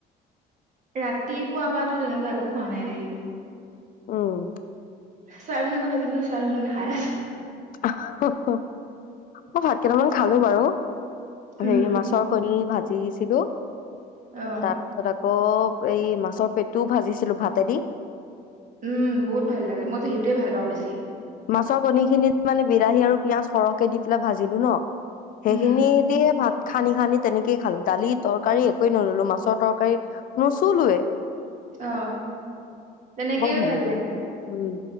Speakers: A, on the right (about 45°); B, on the left (about 55°).
A: ৰাতিপুৱা পা তো তেনেকুৱা একো খোৱা নাই ৰেই
B: উম
A: চোৱাবিনকে ভাজি পিনে চোৱাবিনকে খাই আছো
B: অ হ হ মই ভাত কেইটামান খালো বাৰু
A: উম,
B: হেৰি মাছৰ কণী ভাত চিঙিছিলো
A: অহ
B: তা পিছত আক আকৌ এই মাছৰ পেটোও ভাজিছিলো ভাতে দি
A: উম বহুত ভাল লাগে মই যে হেইতোয়ে ভাল পাওঁ বেছি
B: মাছ কণী খিনিত মানে বিলাহী আৰু পিঁয়াজ সৰহকে দি পেলাই ভাজিলো ন সেইখিনি
A: উম,
B: দিয়ে ভাত সানি সানি তেনেকেই খালো দালি তৰকাৰী একোৱে নললো মাছৰ তৰকাৰী নচুলোৱেই
A: অ তেনেকেই
B: বৰ
A: ভাল
B: লাগিলে
A: লাগে
B: খাই। উম